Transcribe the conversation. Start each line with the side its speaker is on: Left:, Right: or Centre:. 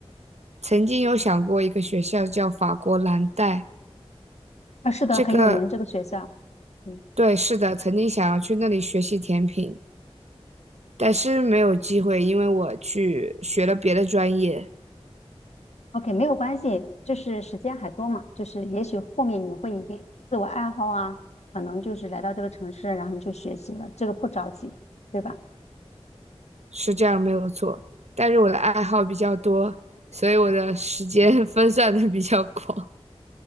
Right: 曾经有想过一个学校叫法国蓝带，
Left: 啊，是的，
Right: 这个
Left: 很有名这个学校。嗯。
Right: 对，是的，曾经想要去那里学习甜品，但是没有机会，因为我去学了别的专业，
Left: OK，没有关系，就是时间还多嘛，就是也许后面你会一定自我爱好啊，可能就是来到这个城市，然后你就学习了，这个不着急，对吧？
Right: 是这样没有错。但是我的爱好比较多，所以我的时间 <laughs> 分散的比较广。